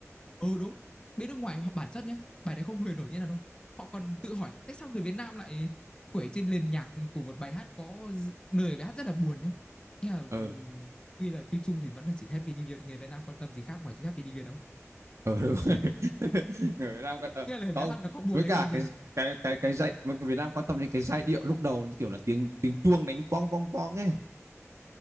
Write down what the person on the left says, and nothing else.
ừ đúng bên nước ngoài họ bản chất nhá bài đấy không hề nổi tiếng nào đâu họ còn tự hỏi là tại sao người Việt Nam lại quẩy trên nền nhạc của một bài hát có lời bài hát rất là buồn nhá nghe là ừm,
tuy là tuy chung thì vẫn là chỉ Happy New Year thì người Việt Nam quan tâm gì khác ngoài chữ Happy New Year đâu
nghe lời bài
hát nó có buồn
hay
không thì